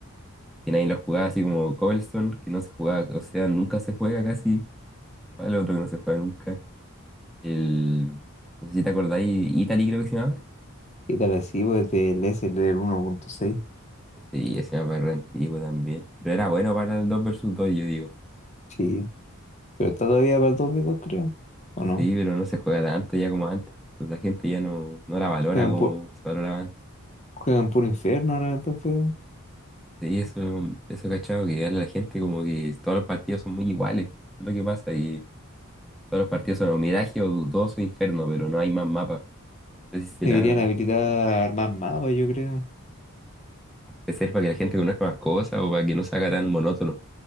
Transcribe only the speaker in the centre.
que nadie los jugaba, así como Cobblestone, que no se jugaba, o sea, nunca se juega casi, el otro que no se juega nunca, el... No sé si te acordáis, Italy creo que se llamaba.
Sí, ese mapa es re antiguo también. Pero era bueno para el 2 versus dos yo digo.
Sí, pero no se juega tanto ya como antes. Pues la gente ya no, no la valora
como
se valoraba antes.
Sí, eso, eso cachado que a la gente como que todos los partidos son muy iguales. Eso es lo que pasa, y todos los partidos son o Mirage o Dudoso Inferno, pero no hay más mapas. No sé si será,
puede ser para que la gente conozca más cosas o para que no se haga tan monótono.